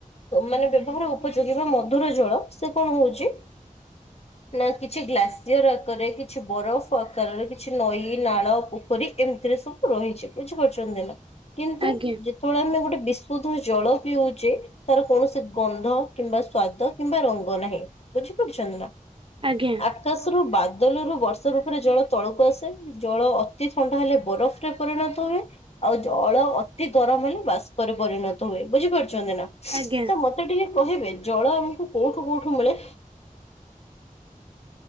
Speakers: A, on the left; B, on the right.
A: ମାନେ ବ୍ୟବହାର ଉପଯୋଗୀ ବା ମଧୁର ଜଳ ସେ କଣ ହୋଉଚି
B: ହ
A: ନା କିଛି ଗ୍ଲାସିୟର ଆକାରରେ କିଛି ବରଫ ଆକାରରେ କିଛି ନଈ ନାଳ ପୋଖରୀ ଏମିତି ସବୁ ରହିଛି। ବୁଝିପାରୁଛନ୍ତି ନା କିନ୍ତୁ
B: ଆଜ୍ଞା
A: ଯେତେବେଳେ ଆମେ ଗୋଟେ ବିସ ସୁଧ ଜଳ ପିଉଛେ ତାର କୌଣସି ଗନ୍ଧ କିମ୍ବା ସ୍ଵାଦ କିମ୍ବା ରଙ୍ଗ ନାହିଁ ବୁଝ ନା
B: ଆଜ୍ଞା
A: ଆକାଶରୁ ବା ବଦଲରୁ ବର୍ଷ ରୂପରେ ଜଳ ତଳକୁ ଆସେ ଜଳ ଅତି ଥଣ୍ଡା ହେଲେ ବରଫରେ ପରିଣତ ହୁ ଆଉ ଜଳ ଅତି ଗରମ ହେଲେ ବାଷ୍ପରେ ପରିଣତ ହୁଏ ବୁଝିପାରୁ ଚନ୍ତି ନା
B: ଆଜ୍ଞା
A: ତ ମତେ ଟିକେ କହିବେ ଜଳ ଆମକୁ କୋଉଠୁ କୋଉଠୁ ମିଳେ